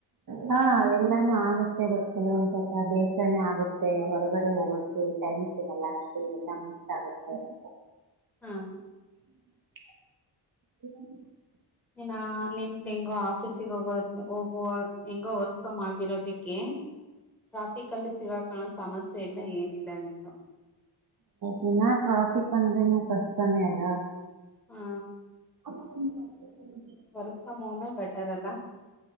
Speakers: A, on the right; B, in the centre.
A: ಹಾ ಎಲ್ಲಾನು ಆಗುತ್ತೆ ಬಟ್ ಕೆಲವಂದ ಸದಾ ಬೇಸರನು ಆಗುತ್ತೆ ಹೊರಗಡೆ ಹೋಗೋಕಕ್ಕೆ ಟೈಮ್ ಸಿಗಲ್ಲ ಅಷ್ಟೆ ಎಲ್ಲಾ ಮಿಕ್ಸ್ ಆಗುತ್ತೆ ಅಂತ.
B: ಹಾ
A: <unintelligible> <unintelligible>
B: ಇನ್ನ ನಿಂದ ಹೆಂಗೋ ಆಫೀಸಿಗೆ ಹೋಗೋದು ಹೋಗುವ ಹೆಂಗೋ ವರ್ಕ್ ಫ್ರಮ್ ಆಗಿರೋದಿಕ್ಕೆ ಟ್ರಾಫಿಕ್ಲ್ಲಿ ಸಿಗಕಲೋ ಸಮಸ್ಯೆ ಇಲ್ಲ ಏನಿಲ್ಲ ನೀನು
A: ದಿನ ಟ್ರಾಫಿಕ್ ಅಂದ್ರೆನು ಕಷ್ಟನೇ ಅಲ್ಲ
B: ಹಾ
A: <unintelligible>
B: ವರ್ಕ್ ಫ್ರಂ ಹೋಮ್ ಬೆಟರ್ ಅಲ್ಲಾ